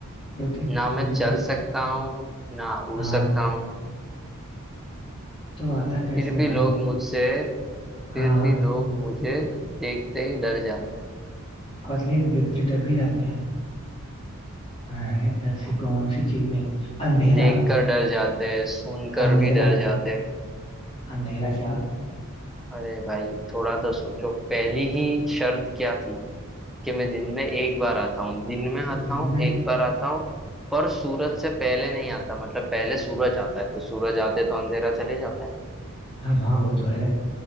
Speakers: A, on the left; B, in the centre.
A: क्योंकि
B: ना मैं
A: सूरज
B: चल
A: से
B: सकता हूँ ना उड़
A: हाँ
B: सकता हूँ
A: तो आता कैसे
B: फिर
A: है
B: भी
A: भाई
B: लोग मुझसे
A: हाँ
B: फिर
A: हाँ
B: भी लोग मुझे देखते ही डर जाते हैं
A: और लेकिन देखते डर भी जाते हैं अरे, ऐसी
B: हाँ,
A: कौन सी चीज है अंधेरा
B: देखकर डर जाते हैं सुनकर
A: अंधेरा
B: भी डर जाते हैं
A: अंधेरा क्या
B: अरे भाई थोड़ा तो सोचो पहली ही शर्त क्या थी कि मैं दिन में एक बार आता हूँ दिन में आता
A: सर दिन
B: हूँ
A: में
B: एक बार आता हूँ पर सूरज से पहले नहीं आता मतलब पहले सूरज आता है तो सूरज आते तो अंधेरा चले जाता है
A: हाँ हाँ वो तो है